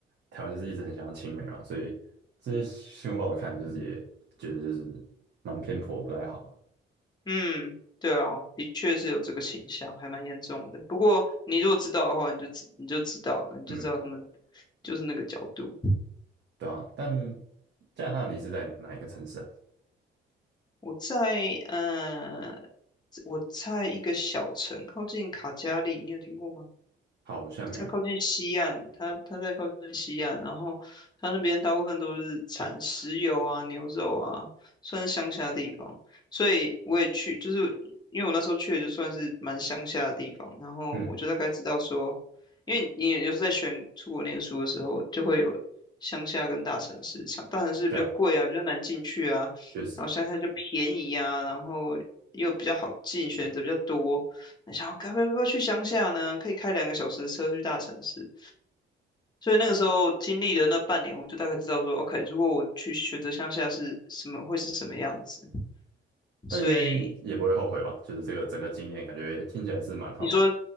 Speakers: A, on the right; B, on the left.
A: 台湾就是一直很想要亲美嘛，所以这些新闻报道看来就是也觉得就是蛮偏颇，不太好啊
B: 嗯，对啊，的确是有这个倾向，还蛮严重的。不过你如果知道的话，你就知你就知道了，你就知道他们
A: 嗯，
B: 就是那个角度。
A: 对啊，但加拿大你是在哪一个城市啊？
B: 我在呃，我在一个小城靠近卡加利，你有听过吗？
A: 好像没有。
B: 在靠近西岸，它它在靠近西岸，然后它那边大部分都是产石油啊、牛肉啊，算是乡下地方。所以我也去，就是因为我那时候去的就算是蛮乡下的地方，然后我就大概知道说，
A: 嗯，
B: 因为你也就是在选出国念书的时候，就会有乡下跟大城市，像大城市比较贵啊，
A: 对啊，
B: 比较难进去啊，
A: 确实。
B: 然后乡下就便宜啊，然后又比较好进，选择比较多。那想要该不要去乡下呢？可以开两个小时的车去大城市。所以那个时候经历了那半年，我就大概知道说，OK，如果我去选择乡下是什么，会是什么样子。
A: 但应该也不会后悔吧？
B: 所以
A: 就是这个整个经验，感觉听起来是蛮好的。
B: 你说